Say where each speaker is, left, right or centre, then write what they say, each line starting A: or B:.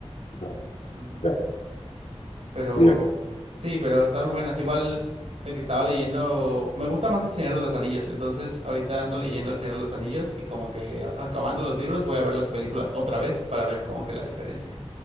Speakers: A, on the left (about 85°); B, on the right (about 75°).
A: Ah,
B: Mm.
A: Claro,
B: Pero
A: Mirá,
B: sí, pero están muy buenas. Igual de que estaba leyendo, me gusta más El Señor de los Anillos. Entonces, ahorita ando leyendo El Señor de los Anillos y como que a- acabando los libros voy a ver las películas otra vez para ver como que la diferencia.